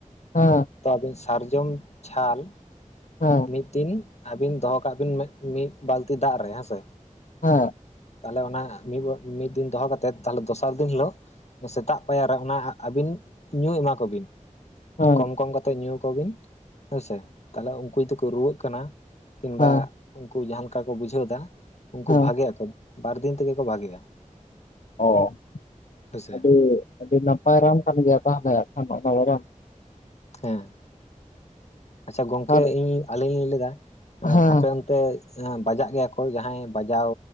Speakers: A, on the left (about 75°); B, on the left (about 55°).
A: ᱦᱮᱸ᱾
B: ᱛᱚ ᱟᱹᱵᱤᱱ ᱥᱟᱨᱡᱚᱢ ᱪᱷᱟᱞ
A: ᱦᱮᱸ ᱦᱮᱸ
B: ᱢᱤᱫ ᱫᱤᱱ ᱟᱹᱵᱤᱱ ᱫᱚᱦᱚ ᱠᱟᱜ ᱵᱤᱱ ᱢᱤᱫ ᱵᱟᱹᱞᱛᱤ ᱫᱟᱜ ᱨᱮ ᱦᱮᱸᱥᱮ
A: ᱦᱮᱸ᱾
B: ᱛᱟᱦᱚᱞᱮ ᱚᱱᱟ ᱢᱤᱫ ᱢᱤᱫ ᱫᱤᱱ ᱫᱚᱦᱚ ᱠᱟᱛᱮᱜ ᱛᱟᱦᱚᱞᱮ ᱫᱚᱥᱟᱨ ᱫᱤᱱ ᱦᱤᱞᱚᱜ ᱥᱮᱛᱟᱜ ᱯᱟᱭᱟᱨ ᱨᱮ ᱚᱱᱟ ᱟᱹᱵᱤᱱ ᱧᱩ ᱮᱢᱟ ᱠᱚᱵᱤᱱ
A: ᱦᱮᱸ
B: ᱠᱚᱢ
A: ᱦᱮᱸ
B: ᱠᱚᱢ ᱠᱟᱛᱮᱜ ᱧᱩ ᱟᱠᱚ ᱵᱤᱱ ᱦᱮᱸᱥᱮ ᱛᱟᱦᱚᱞᱮ ᱩᱱᱠᱩ ᱡᱚᱫᱤ ᱠᱚ ᱨᱩᱣᱟᱹᱜ ᱠᱟᱱᱟ ᱠᱤᱢᱵᱟ
A: ᱦᱮᱸ
B: ᱩᱱᱠᱩ ᱡᱟᱦᱟᱸ ᱞᱮᱠᱟ ᱠᱚ ᱵᱩᱡᱷᱟᱹᱣ ᱮᱫᱟ ᱩᱱᱠᱩ
A: ᱦᱮᱸ
B: ᱵᱷᱟᱜᱮ ᱟᱠᱚ ᱵᱟᱨ ᱫᱤᱱ ᱛᱮᱜᱮ ᱠᱚ ᱵᱷᱟᱜᱮᱜᱼᱟ᱾
A: ᱚᱸ
B: ᱦᱳᱭᱥᱮ
A: ᱟᱹᱰᱤᱼᱟᱹᱰᱤ ᱱᱟᱯᱟᱭ ᱨᱟᱱ ᱠᱟᱱ ᱜᱮᱭᱟ ᱛᱟᱦᱚᱞᱮ ᱚᱱᱟ ᱨᱟᱱ
B: ᱦᱮᱸ ᱟᱪᱪᱷᱟ ᱜᱚᱢᱠᱮ
A: ᱟᱨ
B: ᱤᱧ ᱟᱹᱞᱤᱧ ᱞᱤᱧ ᱞᱟᱹᱭ ᱫᱟ ᱟᱸ
A: ᱦᱮᱸ
B: ᱟᱯᱮ ᱚᱱᱛᱮ ᱛᱮ ᱟᱸ ᱵᱟᱡᱟᱜ ᱜᱮᱭᱟ ᱠᱚ ᱡᱟᱦᱟᱸᱭ ᱵᱟᱡᱟᱣ